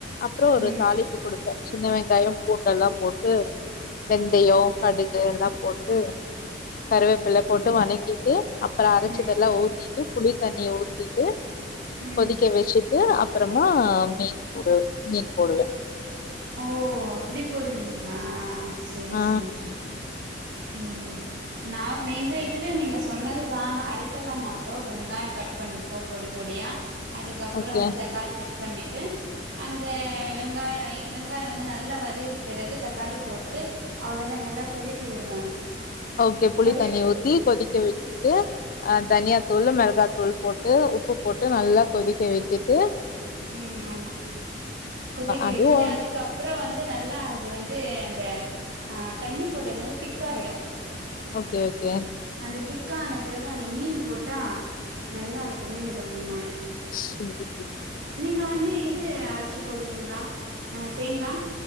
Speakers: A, on the left; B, on the right.
A: அப்றோ ஒரு
B: ம்
A: தாளிப்பு குடுப்பே சின்ன வெங்காயோ பூண்டெல்லா போட்டு வெந்தயோ கடுகு எல்லா போட்டு கருவேப்பில போட்டு வணக்கிட்டு அப்பறோ அரச்சதெல்லா
B: ம்
A: ஊத்தி ட்டு புளி தண்ணிய ஊத்தீட்டு
B: ம்
A: கொதிக்க
B: ம்
A: வச்சு ட்டு அப்புறமா மீன் போடு மீன் போடுவே
B: ஓ அப்டி போடுவீங்களா செரி
A: ஆ
B: செரி செரி செரி ம் நா நீங்க இதுலே நீங்க சொன்னதுதா ஆனா அரைக்கல்லா மாட்டோ வெங்காயொ கட் பண்ணிப்போ பொடி பொடியா அதுக்கப்பறோ
A: ஓகே
B: வந்து தக்காளி கட் பண்ணிட்டு அந்த வெங்காயோ வெங்காயோ வந்து நல்லா வதக்கி பிறகு தக்காளி போட்டு அவ்ளதா நல்லா கொதிக்க விடுவாங்க
A: ஓகே புளித்தண்ணி
B: கொதி
A: ஊத்தி கொதிக்க வச்சுட்டு ஆ தனியா தூள் மெளகா தூள் போட்டு உப் உப்பு போட்டு நல்லா கொதிக்க வச்சுட்டு
B: ம் ஆமா கொதிக்க
A: அதுவு
B: வச்சுட்டு அதுக்கு அப் அப்பறோ வந்து நல்லா அது வந்து அந்த ஆ தண்ணி போட்டது வந்து திக்காயிடு
A: ஓகே ஓகே
B: அந்த திக்கான பிறகு அந்த மீன் போட்டா நல்லா இருக்கு மீன் கொழம்பு மாரி
A: சேரி சேரி
B: நீங்க வந்து இது ச்சு போடுவீங்களா அ தேங்கா